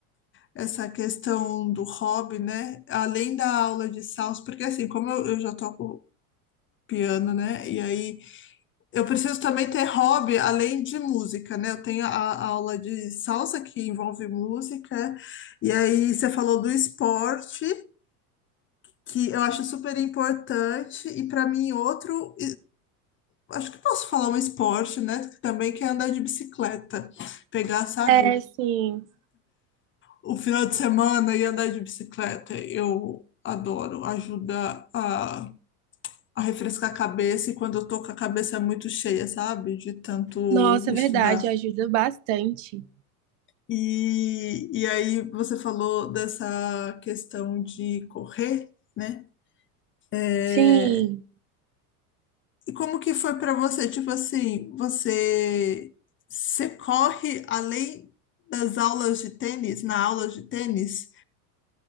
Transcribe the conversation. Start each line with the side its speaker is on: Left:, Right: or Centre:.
Left: essa questão do hobby, né, além da aula de salsa, porque assim, como eu, eu já toco piano, né, e aí eu preciso também ter hobby além de música, né, eu tenho a, a aula de salsa que envolve música, e aí você falou do esporte, que eu acho super importante, e para mim outro acho que posso falar um esporte, né? Também que é andar de bicicleta. Pegar, sabe,
Right: É, sim.
Left: o final de semana e andar de bicicleta. Eu adoro. Ajuda a, a refrescar a cabeça e quando eu tô com a cabeça muito cheia, sabe? De tanto
Right: Nossa,
Left: estudar.
Right: é verdade, ajuda bastante.
Left: E, e aí você falou dessa questão de correr, né? É,
Right: Sim.
Left: E como que foi para você? Tipo assim, você, você corre além das aulas de tênis, na aula de tênis?